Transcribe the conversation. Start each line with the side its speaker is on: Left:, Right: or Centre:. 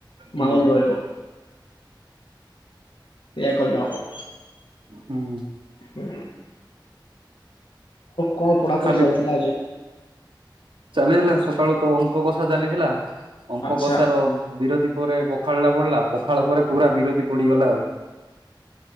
Right: ହୁଁ
Left: ମାହଲ୍ ରହିବ। ଏଆ କଲେ ହବ।
Right: ହୁଁ।
Left: ହୁଁ। କଣ ପଢାପଢି
Right: ଖାଲି
Left: ଚାଲିଥିଲା ଆଜି?
Right: ଚାଲିହିଲା ସକାଳୁ ତ ଅଙ୍କ କଷା ଚାଲିଥିଲା ଅଙ୍କ
Left: ଆଚ୍ଛା
Right: କଷା ର ବିରତି ପରେ ପଖାଳ୍ ଟା ପୋଡ୍ଲା ପଖାଳ ପରେ ପୁରା ବିରତି ପଡିଗଲା ଆଉ।